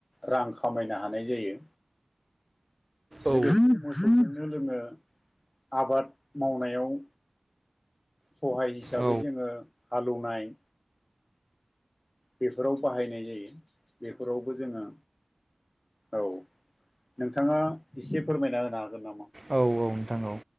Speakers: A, on the left; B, on the right.
A: रां खामायनो हानाय जायो।
B: औ
A: लोगोसे मोसौखौनो‌ लोडों। आबाद मावनायाव सहाय हिसाबै
B: औ नोंथां औ
A: जोङो। आलौनाय। बेफोराव बाहायनाय जायो बेफोरावबो जोङो। औ नोंथाङा एसे फोरमायना होनो हागोन नामा।
B: औ औ नोंथां औ।